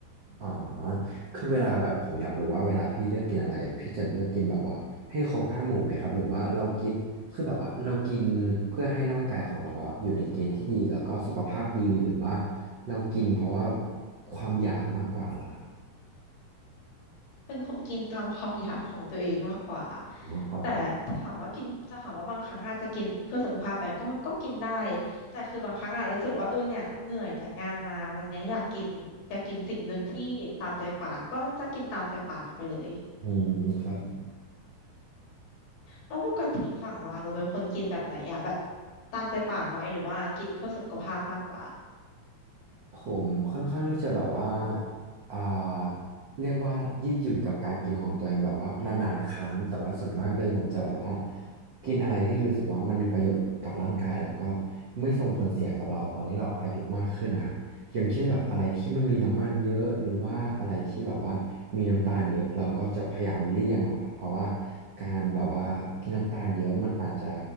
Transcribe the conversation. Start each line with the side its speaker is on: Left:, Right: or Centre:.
Right: อ๋อคือเวลาแบบผมอยากรู้ว่าเวลาพี่เลือกกินอะไรพี่จะเลือกกินแบบว่าให้ครบห้าหมู่ไหมครับหรือว่าเรากินคือแบบว่าเรากินเพื่อให้ร่างกายของเราแบบอยู่ในเกณฑ์ที่ดีแล้วก็สุขภาพดีหรือว่าเรากินเพราะว่าความอยากมากกว่าอะไร
Left: เป็นคนกินตามความอยากของตัวเองมากกว่า
Right: นะครับผม
Left: แต่จะถามว่ากินจะถามว่าบางครั้งอาจจะกินเพื่อสุขภาพไปก็ก็กินได้แต่คือบางครั้งอะรู้สึกว่าเออเนี่ยเหนื่อยจากงานมาวันเนี้ยอยากกินอยากกินสิ่งหนึ่งที่ตามใจปากก็จะกินตามใจปากไปเลย
Right: อืมครับผม
Left: แล้วปกติฝั่งวาเราเป็นคนกินแบบไหนอะแบบตามใจปากไหมหรือว่ากินเพื่อสุขภาพมากกว่า
Right: ผมค่อนข้างที่จะแบบว่าอ่าเรียกว่ายืดหยุ่นกับการกินของตัวเองแบบว่านานๆครั้งแต่ว่าส่วนมากเลยผมจะแบบว่ากินอะไรที่รู้สึกว่ามันมีประโยชน์กับร่างกายแล้วก็ไม่ส่งผลเสียกับเราตอนที่เราอายุมากขึ้นนะครับอย่างเช่นแบบอะไรที่มันมีน้ำมันเยอะหรือว่าอะไรที่แบบว่ามีน้ำตาลเยอะเราก็จะพยายามเลี่ยงอะครับเพราะว่าการแบบว่ากินน้ำตาลเยอะมันอาจจะ